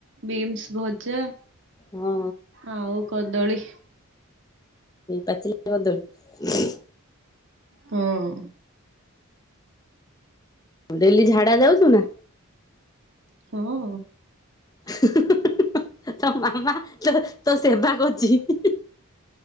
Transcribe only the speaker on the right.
ବିମ୍ସ ଭଜା।
ଆଉ କଦଳୀ।
ହଁ।
ହଁ।